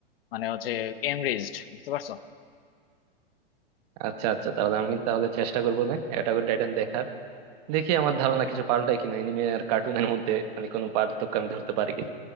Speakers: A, on the left; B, on the right.
A: মানে হচ্ছে এনরিচড বুঝতে পারছো
B: আচ্ছা আচ্ছা তাহলে আমি তাহলে চেষ্টা করবো না অ্যাটাক অন টাইটান দেখার দেখি আমার ধারণা কিছু পাল্টায় কিনা এনিমে আর কার্টুনের মধ্যে মানে কোনো পার্থক্য আমি ধরতে পারি কিনা